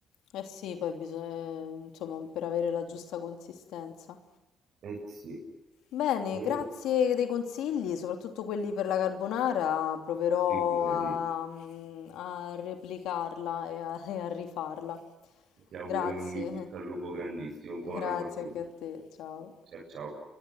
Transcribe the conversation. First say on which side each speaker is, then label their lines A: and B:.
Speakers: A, on the left; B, on the right.
A: Eh sì, poi bisogna, insomma, per avere la giusta consistenza.
B: Eh sì,
A: Bene,
B: e
A: grazie dei consigli, soprattutto quelli per la carbonara, proverò
B: figurati,
A: a, mm, a replicarla e a, e a rifarla.
B: ti auguro
A: Grazie,
B: un in bocca al lupo
A: <laughs>
B: grandissimo, buona
A: grazie
B: fortuna.
A: anche a te, ciao.
B: Ciao ciao.